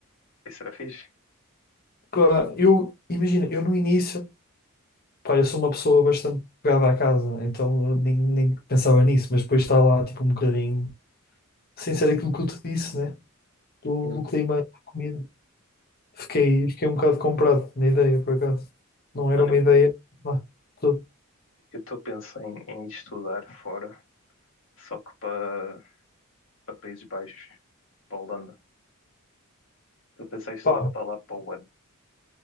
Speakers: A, on the left (about 60°); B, on the left (about 45°).
A: Isso era fixe?
B: Pá, eu, imagina, eu no início, pá, eu sou uma pessoa bastante pegada à casa, então eu nem, nem pensava nisso, mas depois está lá, tipo, um bocadinho, sem ser aquilo que eu te disse, né? Do,
A: Hum.
B: do clima e da comida. Fiquei, fiquei um bocado comprado na ideia, por acaso. Não era
A: Mano,
B: uma
A: eu
B: ideia. Lá, tudo.
A: eu estou a pensar em, em estudar fora, só que para para Países Baixos, para a Holanda. Estou a pensar em estudar
B: Pá,
A: para lá para o ano.